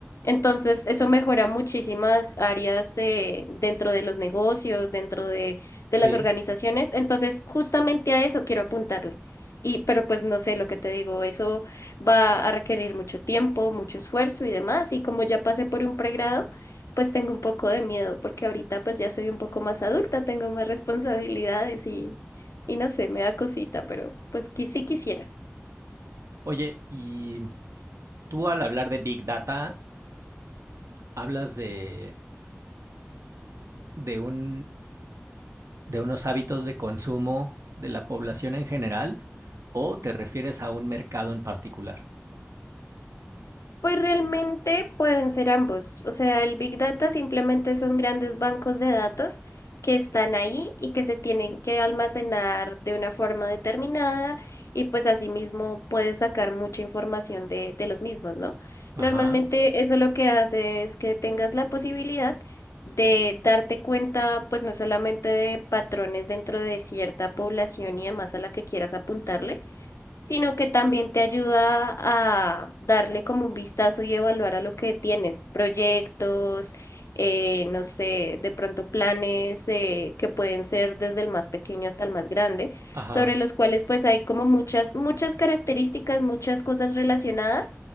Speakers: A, on the left (about 85°); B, on the right (about 85°).
A: Entonces, eso mejora muchísimas áreas eh, dentro de los negocios, dentro de, de
B: sí,
A: las organizaciones. Entonces, justamente a eso quiero apuntarle. Y, pero pues no sé, lo que te digo, eso va a requerir mucho tiempo, mucho esfuerzo y demás. Y como ya pasé por un pregrado, pues tengo un poco de miedo, porque ahorita pues ya soy un poco más adulta, tengo más responsabilidades y, y no sé, me da cosita, pero pues que sí quisiera.
B: Oye, y tú al hablar de Big Data, hablas de, de un, de unos hábitos de consumo de la población en general o te refieres a un mercado en particular?
A: Pues realmente pueden ser ambos. O sea, el Big Data simplemente son grandes bancos de datos que están ahí y que se tienen que almacenar de una forma determinada y pues asimismo puedes sacar mucha información de, de los mismos, ¿no?
B: Ajá,
A: Normalmente eso lo que hace es que tengas la posibilidad de darte cuenta pues no solamente de patrones dentro de cierta población y demás a la que quieras apuntarle, sino que también te ayuda a darle como un vistazo y evaluar a lo que tienes, proyectos, eh, no sé, de pronto planes eh, que pueden ser desde el más pequeño hasta el más grande,
B: ajá.
A: sobre los cuales pues hay como muchas, muchas características, muchas cosas relacionadas.